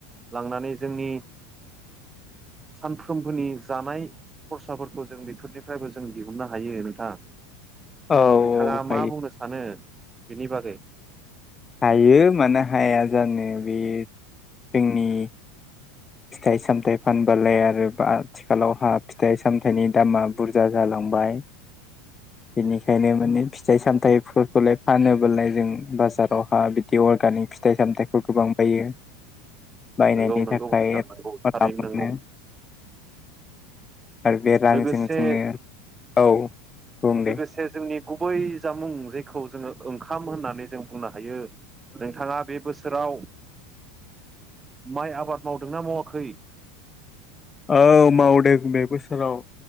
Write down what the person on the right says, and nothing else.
लांनानै जोंनि सानफ्रोमबोनि जानाय। खरसाफोरखौ जों बेफोरनिफ्रायबो जों दिहुननो हायो नोंथां।
नोंथाङा
मा बुंनो सानो बेनि बागै?
नंगौ
नंगौ नोंथा
नंगौ थारैनो
नंगौ।
लोगोसे
लोगोसे जोंनि गुबै जामुं जायखौ जोङो ओंखाम होननानै जों बुंनो हायो नोंथाङा बे बोसोराव माइ आबाद मावदोंना मावाखै?